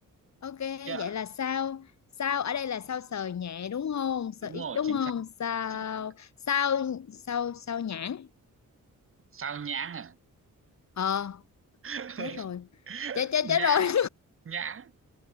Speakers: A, on the left; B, on the right.
A: ok
B: Dạ,
A: vậy là sao sao ở đây là sao sờ nhẹ đúng không
B: Đúng
A: sờ
B: rồi,
A: ít đúng
B: chính
A: không
B: xác.
A: sao
B: Chính xác.
A: sao sao sao nhãn
B: Sao nhãng à?
A: ờ
B: <laughs>
A: chết rồi chết chết
B: Nhãng,
A: chết rồi
B: nhãng,